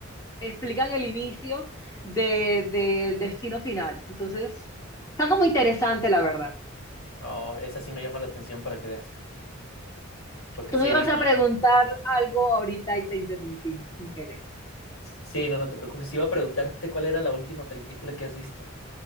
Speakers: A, on the left (about 15°); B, on the left (about 80°).
A: explican el inicio de, del destino final. Entonces, está como interesante, la verdad.
B: Oh, esa sí me llama la atención para que veas, porque
A: Tú
B: sí
A: me ibas
B: he visto.
A: a preguntar algo ahorita y te interrumpí sin querer.
B: Sí, no, no te preocupes, iba a preguntarte cuál era la última película que has visto,